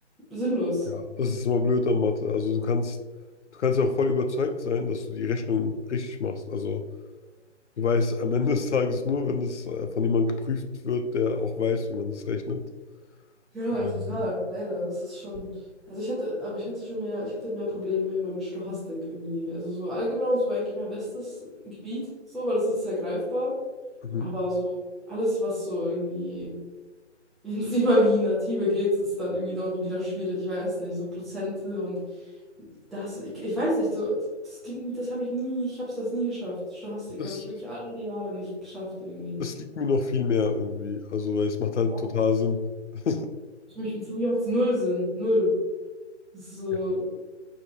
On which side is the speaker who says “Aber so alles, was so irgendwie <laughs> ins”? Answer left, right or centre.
Centre